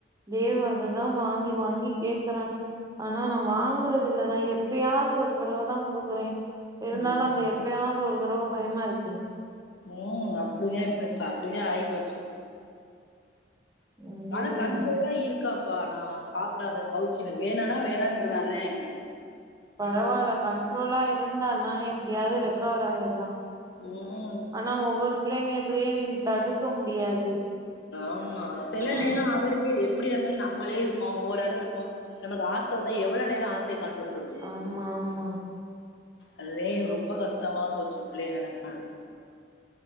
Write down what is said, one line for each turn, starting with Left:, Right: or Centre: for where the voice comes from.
Right: இதே மாதிரிதா வாங்கி வாங்கி கேக்கறா ஆனா நா வாங்கறதில்லதா எப்பயாது ஒரு தடவதா குடுக்குறே இருந்தாலு
Left: ம்
Right: அந்த எப்பயாது ஒரு தடவ பயமா இருக்கே
Left: ம் அப்டிதே இப்ப இப்ப அப்டிதே ஆயிப்போச்சு
Right: ஐயைய
Left: ஆனா கண்ட்ரோலா இருக்கா அப்பா நா சாப்பிடாத கௌச்சி இல்ல வேணானா வேணான்ட்றதே
Right: பரவால கண்ட்ரோலா இருந்தானா எப்டியாது ரெக்கவர் ஆயிர்லா
Left: ம்
Right: ஆனா ஒவ்வொரு புள்ளைங்க கிரேவிங் தடுக்க முடியாது
Left: ஆமா செல
Right: அ
Left: நேரோ அவளுக்கே அப்டியா இருந்தாலு நம்மளே இருப்போ ஓரள இருப்போ நமக்கு ஆச வந்து எவ்ளோ நேரோ ஆசைய கண்ட்ரோல் பண்றதுங்க
Right: ஆமா ஆமா
Left: அதுவே எனக் ரொம்ப கஷ்டமா போச்சு புள்ளைய நெனச்சு மனசு